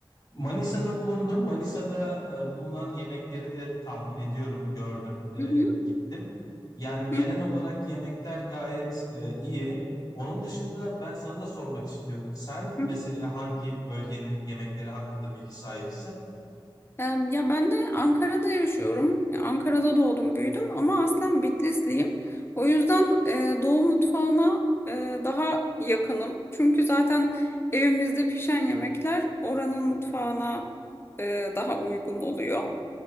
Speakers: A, on the left; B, on the left.
A: Manisa'da bulundum. Manisa'da e, bulunan yemekleri de tahmin ediyorum, gördüm, e,
B: Hı hı.
A: gittim. Yani genel
B: Hı
A: olarak yemekler gayet e, iyi. Onun dışında ben sana da sormak istiyorum. Sen mesela
B: hı.
A: hangi bölgenin yemekleri hakkında bilgi sahibisin?
B: Em, Ya ben de Ankara'da yaşıyorum. Ya Ankara'da doğdum, büyüdüm ama aslen Bitlisliyim. O yüzden e, Doğu mutfağına e, daha yakınım. Çünkü zaten evimizde pişen yemekler oranın mutfağına e, daha uygun oluyor.